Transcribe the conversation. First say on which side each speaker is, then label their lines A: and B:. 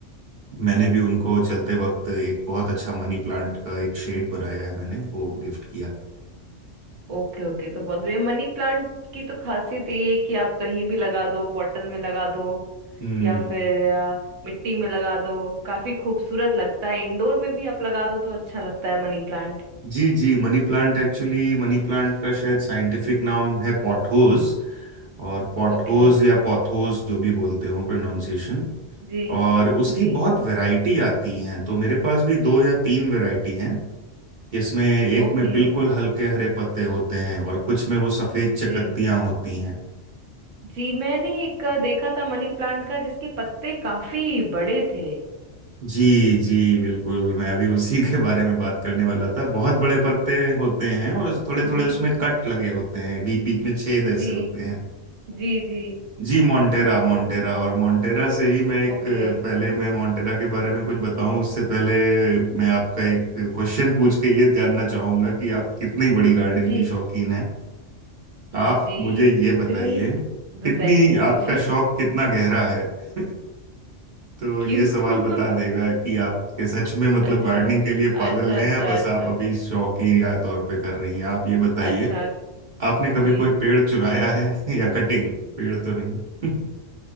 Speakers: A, on the right (about 45°); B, on the right (about 80°).
A: मैंने भी उनको चलते वक्त एक बहुत अच्छा मनी प्लांट का एक शेड बनाया है मैंने वो गिफ्ट किया
B: ओके ओके तो बहुत बढ़िया मनी प्लांट की तो खासियत ये है कि आप कहीं भी लगा दो बॉटल में लगा दो
A: हम्म
B: या फिर आ, मिट्टी में लगा दो काफी खूबसूरत लगता है इंडोर में भी आप लगा दो तो अच्छा लगता है मनी प्लांट
A: जी जी money plant actually money plant का शायद साइंटिफिक नाम है पॉटहोज और पॉटहोज
B: ओके
A: या पॉथोज जो भी बोलते हो प्रोनाउंसिएशन
B: जी
A: और उसकी
B: जी
A: बहुत वैरायटी आती हैं तो मेरे पास भी दो या तीन वैरायटी हैं जिसमें एक
B: ओके
A: में बिल्कुल हल्के हरे पत्ते होते हैं और कुछ में वो सफेद
B: जी
A: चकत्तियां होती हैं
B: जी मैंने एक आ, देखा था मनी प्लांट का जिसके पत्ते काफी बड़े थे
A: जी जी बिल्कुल मैं अभी उसी के बारे में बात करने वाला था बहुत बड़े पत्ते होते हैं और थोड़े थोड़े
B: जी
A: उसमें कट लगे होते हैं बीच बीच में छेद ऐसे
B: जी
A: होते हैं
B: जी जी
A: जी मोन्टेरा मोन्टेरा और मोन्टेरा से ही मैं एक
B: ओके
A: पहले मैं मोन्टेरा के बारे में कुछ बताऊं उससे पहले मैं आपका एक क्वेश्चन पूछ के ये जानना चाहूंगा कि आप कितनी बड़ी गार्डन
B: जी
A: की शौकीन हैं आप
B: जी
A: मुझे ये
B: कितनी
A: बताइए
B: बताइए
A: कितनी
B: पूछिए
A: आपका शौक कितना गहरा है <laughs> तो
B: क्यों
A: ये सवाल बता देगा
B: <laughs>
A: कि आप के सच में मतलब
B: अच्छा
A: गार्डनिंग के लिए पागल
B: अच्छा
A: हैं
B: अच्छा
A: या बस
B: अच्छा
A: आप अभी शौकीन या तौर पे कर रही हैं आप ये बताइए
B: अच्छा
A: आपने कभी
B: जी
A: कोई पेड़ चुराया है <laughs> या कटिंग पेड़ तो नहीं <laughs>